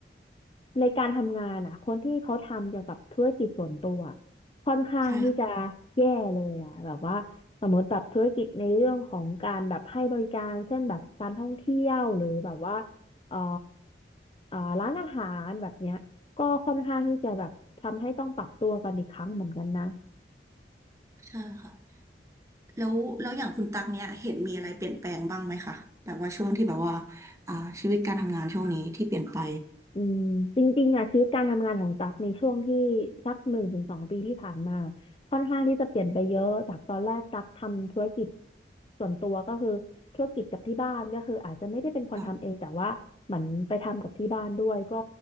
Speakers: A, on the left; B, on the right.
A: ในการทำงานอ่ะคนที่เขาทำเกี่ยวกับธุรกิจส่วนตัวค่อนข้างที่จะ
B: ใช่ค่ะ
A: แย่เลยอ่ะแบบว่าสมมติแบบธุรกิจในเรื่องของการแบบให้บริการเช่นแบบการท่องเที่ยวหรือแบบว่าเอ่อเอ่อร้านอาหารแบบเนี้ยก็ค่อนข้างที่จะแบบทำให้ต้องปรับตัวกันอีกครั้งเหมือนกันนะ
B: ใช่ค่ะแล้วแล้วอย่างคุณตักเนี่ยเห็นมีอะไรเปลี่ยนแปลงบ้างไหมคะแบบว่าช่วงที่แบบว่าอ่าชีวิตการทำงานช่วงนี้ที่เปลี่ยนไป
A: อืมจริงๆอ่ะชีวิตการทำงานของตั๊กในช่วงที่สักหนึ่งถึงสองปีที่ผ่านมาค่อนข้างที่จะเปลี่ยนไปเยอะจากตอนแรกตั๊กทำธุรกิจส่วนตัวก็คือธุรกิจกับที่บ้านก็คืออาจจะไม่ได้เป็นคนทำเองแต่ว่าเหมือนไปทำกับที่บ้านด้วยก็
B: ค่ะ